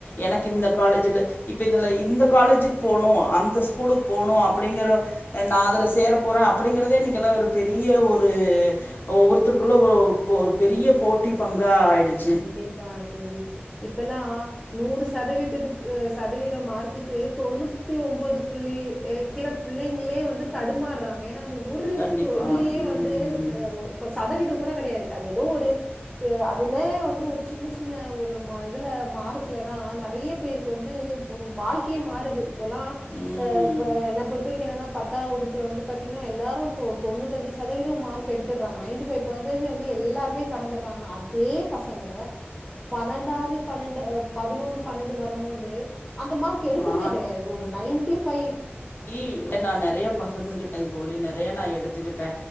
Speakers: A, on the left; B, in the centre.
A: எனக்கு இந்த காலேஜூல இப்ப இதுல இந்த காலேஜுக்கு போணு அந்த ஸ்கூலுக்கு போணு அப்படிங்கற நா அதுல சேர போற அப்படிங்கறதே இன்னைக்கு எல்லா ஒரு பெரிய ஒரு ஒவ்வொருத்தருக்குள்ள ஒரு ஒ பெரிய போட்டி பங்கா ஆயிடுச்சு
B: கண்டிப்பா தோழி இப்பல்லா நூறு சதவீதத்துக்கு சதவீத மார்க்குக்கு தொண்ணு த்தி ஒம்போது புள்ளி வைக்கிற புள்ளங்களே வந்து தடுமாடறாங்க ஏன்னா அந்த ஒரு
A: கண்டிப்பா
B: இதுலயே
A: ம்
B: வந்து ஆ ஒ இப்ப சதவீதோ கூட கெடையாது அது ஏதோ ஒரு ஆ அதுலே வந்து ஒரு சின்ன சின்ன ஒரு இதுல மார்க்ல தா நெறைய பேரு க்கு வந்து வாழ்க்கயே மாறுது இப்பல்லா
A: ம்
B: ஆ ப என்ன பொறுத்தவரைக்கு என்னன்னா பத்தா வகுப்புல வந்து பாத்தீங்கன்னா எல்லாரு இப்ப தொண்ணூத்தஞ்சு சதவீதோ மார்க் எடுத் எடுத்துட்றாங்க நைன் பைவ் பர்சன்டேஜ் வந்து எல்லாருமே கடந்துடுறாங்க ஆனா அதே பசங்க பன்னெண்டாவது பன்னெண்டு பதினொன்னு பன்னெண்டு வரும்போது அந்த மார் கெடுக்கறதே
A: ஆ
B: கெடையாது ஒரு நைன்டி ஃபைவ்
A: ழி நா நெறையா பகிர்ந்துகிட்டேன் தோழி நா நறையா எடுத்துக்கிட்ட